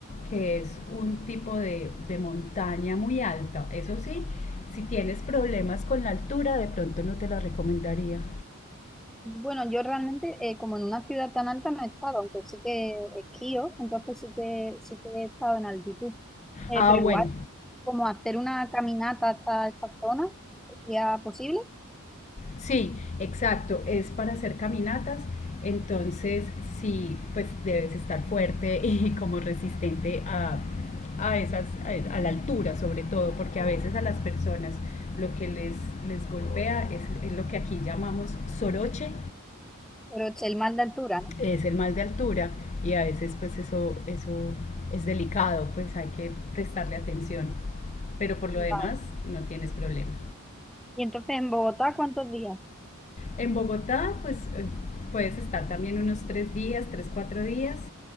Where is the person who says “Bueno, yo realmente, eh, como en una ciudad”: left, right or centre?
Centre